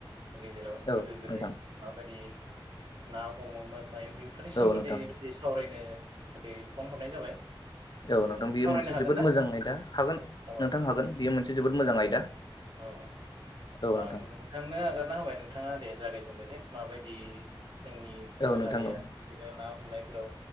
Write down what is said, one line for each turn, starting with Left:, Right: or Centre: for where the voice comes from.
Right: गेजेराव
Left: औ
Right: गोदो गोदाय
Left: नोंथां
Right: माबायदि ना हमोमोन फ्राय बेफोरनि सोमोन्दै
Left: औ नोंथां
Right: दसे सावरायनो थाखाय फन हरनाय जाबाय
Left: औ
Right: ओ
Left: नोंथां
Right: बिदि
Left: बेयो
Right: सावरायनो
Left: मोनसे
Right: हागोन
Left: जोबोद
Right: ना
Left: मोजां आयदा हागोन
Right: औ
Left: नोंथां हागोन बेयो मोनसे जोबोद
Right: औ
Left: मोजां आयदा
Right: औ औ
Left: औ नोंथां
Right: आं नोंथांनो आगारना होबाय नोंथाङा दे जागायजेनदो दे माबायदि जोंनि बर'
Left: औ नोंथां
Right: हारिया
Left: औ
Right: बिदिनो ना हमनायफोराव